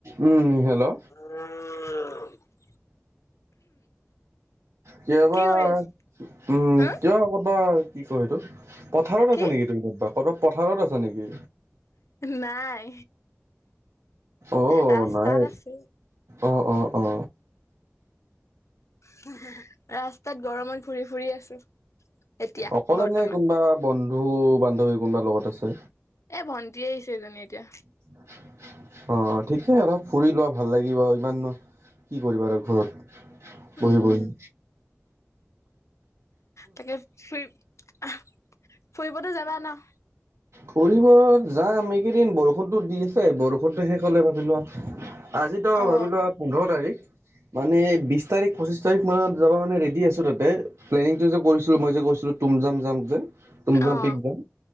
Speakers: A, on the right; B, on the left.
A: উম হেল্ল'
B: উ
A: কিয়
B: কি
A: বা
B: কৰি আছ
A: উম
B: হা
A: কিয় কৰবা কি কয় এইটো পথাৰত
B: কি
A: আছে নেকি ত কৰবাত পথাৰত আছা নেকি?
B: নাই
A: অ
B: ৰাস্তাত
A: নাই
B: আছো
A: অ অ অ
B: হে হে হে ৰাস্তাত গৰমত ঘুৰি ফুৰি আছো এতিয়া
A: অকলে
B: বৰ্তমান
A: নে কোনোবা বন্ধু বান্ধৱী কোনোবা লগত আছে
B: এ ভণ্টিয়ে আহিছে এইজনী এতিয়া।
A: <unintelligible> অ ঠিকে অলপ ফুৰি লোৱা ভাল লাগিব ইমাননো কি কৰিবা আৰু ঘৰত
B: উম
A: বহি বহি।
B: তাকে ফুৰি আহ ফুৰিবটো যাবা ন?
A: ফুৰিব যাম। এইকেইদিন বৰষুণটো দি আছে বৰষুণটো শেষ হ'লে ভাবি লোৱা। আজি ত'
B: অ
A: ভাবি লোৱা পোন্ধৰ তাৰিখ মানে বিছ তাৰিখ পঁচিশ তাৰিখ মানত যাবা কাৰণে ৰেদি আছোঁ তাতে প্লেনিংটো যে কৰিছিলোঁ মই যে কৈছিলো টোমজাং যাম যে। তুমজাম
B: অহ
A: পিক যাম